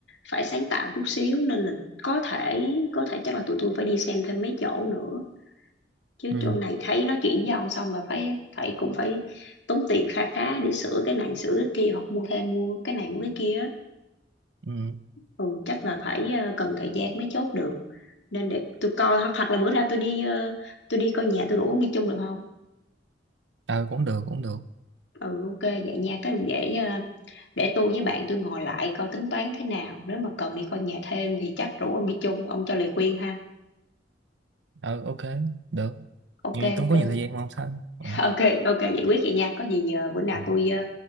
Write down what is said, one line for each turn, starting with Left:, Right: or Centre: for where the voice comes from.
Left: phải sáng tạo chút xíu nên là có thể có thể chắc là tụi tôi phải đi xem thêm mấy chỗ nữa chứ
Right: ừ
Left: chỗ này thấy nói chuyện với ông xong mà phải phải cũng phải tốn tiền kha khá để sửa cái này sửa cái kia hoặc mua thêm mua cái này mua cái kia á.
Right: ừ
Left: ừ chắc là phải ờ, cần thời gian mới chốt được nên để tôi coi hoặc hoặc là bữa nào tôi đi ờ, tôi đi coi nhà tôi đủ ông đi chung được không
Right: ờ cũng được cũng được
Left: ừ ok vậy nha cái để để tôi với bạn tôi ngồi lại coi tính toán thế nào nếu mà cần đi coi nhà thêm thì chắc rủ ông đi chung ông cho lời khuyên ha
Right: ờ ok được
Left: ok
Right: vì tôi không
Left: ok
Right: có nhiều thời gian mà không sao ừ.
Left: <laughs> ok ok giải quyết vậy nha có gì ờ, bữa nào
Right: ừ.
Left: tôi ờ,